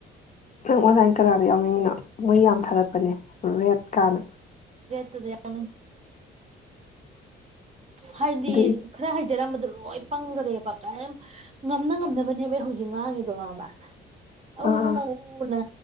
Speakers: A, on the left; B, on the right.
A: ꯅꯪ ꯑꯣꯟꯂꯥꯏꯟ ꯀꯗꯥꯥꯗ ꯌꯥꯎꯅꯤꯡ ꯃꯤꯅ ꯃꯣꯏ ꯌꯥꯝ ꯊꯥꯒꯠꯄꯅꯦ ꯔꯦꯠ ꯀꯥꯅ
B: ꯠꯇꯗꯅ ꯍ ꯍꯥꯏꯗꯤ
A: ꯑꯗꯨ
B: ꯈꯔ ꯍꯥꯏꯗꯤ ꯖꯔꯝꯕꯗꯨꯣ ꯂꯣꯏ ꯄꯪꯈꯔꯦꯕ ꯀꯔꯤꯝ ꯉꯝꯅ ꯉꯝꯅꯕꯅꯦꯕ ꯑꯩ ꯍꯧꯖꯤꯛ ꯉꯥꯡꯉꯤꯗꯣ ꯃꯥ ꯑꯃ ꯑꯅ
A: ꯑꯥ